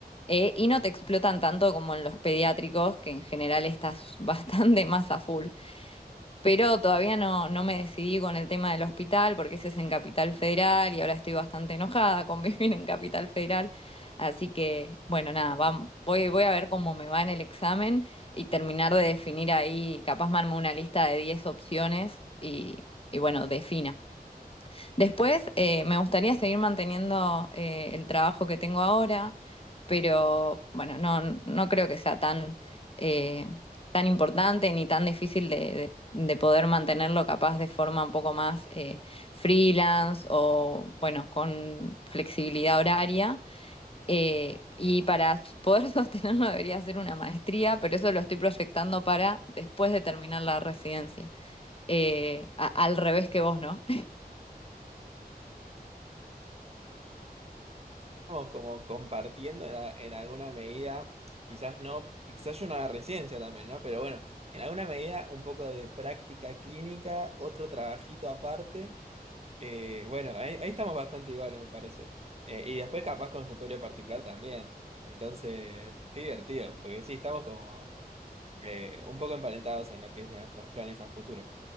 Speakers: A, on the left; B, on the right.
A: Eh, y no te explotan tanto como en los pediátricos, que en general estás <laughs> bastante más a full. Pero todavía no, no me decidí con el tema del hospital, porque ese es en Capital Federal y ahora estoy bastante enojada con <laughs> vivir en Capital Federal. Así que, bueno, nada, vam- voy, voy a ver cómo me va en el examen y terminar de definir ahí, capaz me armo una lista de 10 opciones y, y bueno, defina. Después, eh, me gustaría seguir manteniendo eh, el trabajo que tengo ahora, pero bueno, no, no creo que sea tan, eh, tan importante ni tan difícil de, de- de poder mantenerlo capaz de forma un poco más eh, freelance o bueno, con flexibilidad horaria. Eh, y para poder <laughs> sostenerlo debería ser una maestría, pero eso lo estoy proyectando para después de terminar la residencia, Eh, a- al revés que vos, ¿no?
B: Estamos como compartiendo en, a- en alguna medida, quizás no, quizás yo no haga residencia también, ¿no? Pero bueno, en alguna medida un poco de práctica clínica, otro trabajito aparte. Eh, bueno, ahí, ahí estamos bastante iguales, me parece. Eh, y después capaz consultorio particular también. Entonces, qué divertido, porque sí, estamos como eh, un poco emparentados en lo que es nuestros planes a futuro.